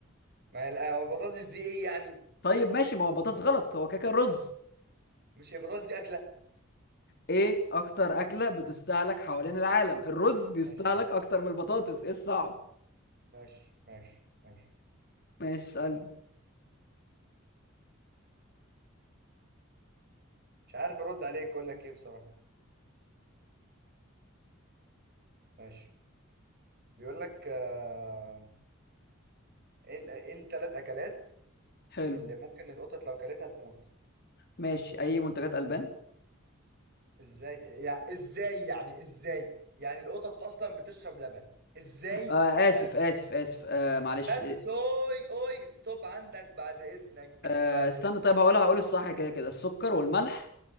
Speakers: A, on the right; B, on the left.
A: ما هي القهوة البطاطس دي ايه يعني
B: طيب ماشي ما هو بطاطس غلط هو كاكا رز
A: مش هي البطاطس دي اكلة
B: ايه اكتر اكله بتستهلك حوالين العالم الرز بيستهلك
A: ماشي يا عم
B: اكتر من البطاطس ايه الصعب
A: ماشي ماشي ماشي
B: ماشي اسالني
A: مش عارف ارد عليك اقول لك ايه بصراحة ماشي بيقول لك آه... ايه ال- ايه الثلاث اكلات
B: حلو
A: اللي ممكن القطط لو كلتها تموت
B: ماشي اي منتجات البان
A: ازاي يعني ازاي يعني ازاي يعني القطط اصلا بتشرب لبن ازاي
B: آه
A: يعني
B: اسف اسف اسف آه معلش
A: بس اوي اوي ستوب عندك بعد اذنك
B: آه
A: بعد
B: استنى
A: اذنك
B: طيب هقولها هقول الصح كده كده السكر والملح